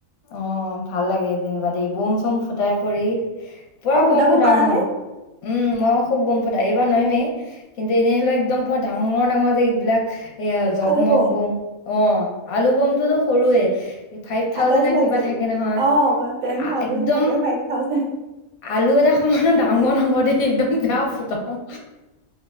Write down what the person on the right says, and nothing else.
আৰু ফুটাব
পাৰা
নে
আলু বম
আঠচ বাজি
অ টেন
থাজেড
থাকে ফাইভ থাজে